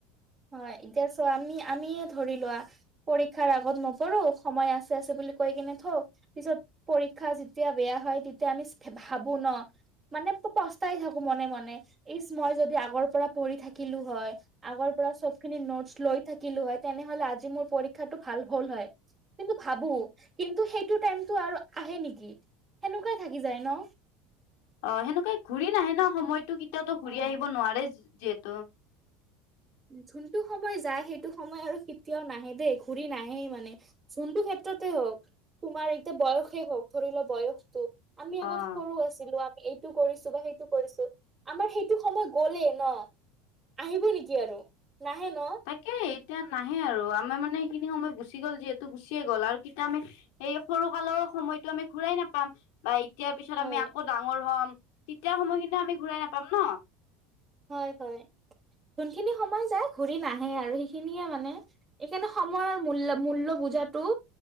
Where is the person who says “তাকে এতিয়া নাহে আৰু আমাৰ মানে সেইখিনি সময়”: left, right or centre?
Left